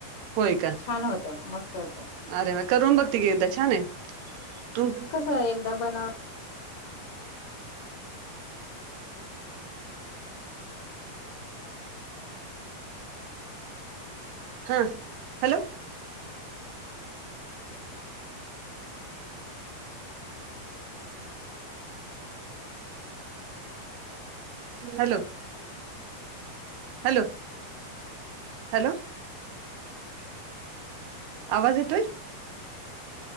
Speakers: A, on the right (about 85°); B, on the left (about 80°).
A: होय का?
B: छान होतं मस्त होतं.
A: अरे वा! करून बघती की एकदा छानय, तु
B: अ एकदा बन
A: हा, हॅलो! हॅलो! हॅलो! हॅलो! आवाज येतोय?